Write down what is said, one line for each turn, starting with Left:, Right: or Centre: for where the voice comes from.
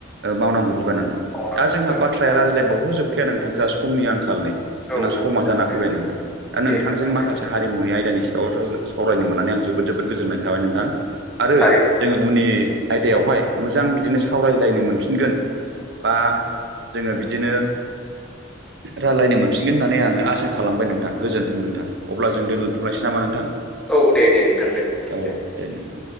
Right: ओ मावनांगौ बिबा नोंथां
Centre: मावनांगौ
Right: दा जोंहा
Centre: बिबान
Right: बाथ्राया रायज्लायबावथ' जोबखाया नोंथां जोंहा समनि आंखाल नै
Centre: औ
Right: जोंना समा
Centre: औ जागोन
Right: जाना
Centre: दे
Right: फैबाय नोंथां। दा नोंथांजों
Centre: दे नोंथां
Right: माखासे
Centre: दे
Right: हारिमुनि आयदानि सायाव सावरायनो मोननानै आं जोबोद जोबोद गोजोननाय थाबाय नोंथां। आरो
Centre: थारैनो नोंथां।
Right: जोङो उननि आयदायावहाय मोजां बिदिनो सावरायलायनो मोनफिनगोन बा जोङो बिदिनो रायलायनो मोनफिगोन होननानै आङो आसा खालामबाय नोंथां गोजोन्थों नोंथां अब्ला जों दोनथ' लानोसै नामा नोंथां।
Centre: औ दे दे नोंथां दे
Right: औ
Centre: दे।
Right: नोंथां